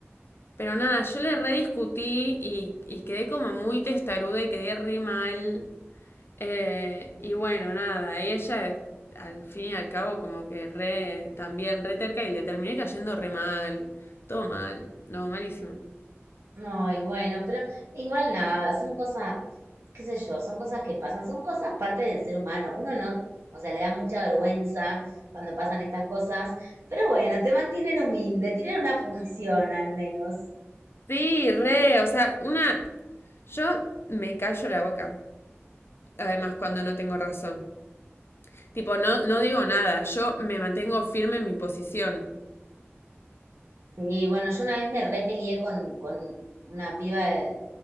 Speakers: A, on the left (about 55°); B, on the right (about 70°).
A: pero nada, yo le rediscutí y, y quedé como muy testaruda y quedé re mal. Eh, y bueno, nada, y ella al fin y al cabo como que re, también re terca y le terminé cayendo re mal, todo mal, no, malísimo.
B: Ay, bueno, pero igual nada, son cosas, qué sé yo, son cosas que pasan, son cosas parte del ser humano. Uno no, o sea, le da mucha vergüenza cuando pasan estas cosas, pero bueno, te mantienen humilde, tienen una función al menos.
A: Sí, re, o sea, una, yo me callo la boca, además cuando no tengo razón. Tipo, no, no digo nada, yo me mantengo firme en mi posición.
B: Sí, bueno, yo una vez me repelié con, con una piba, de-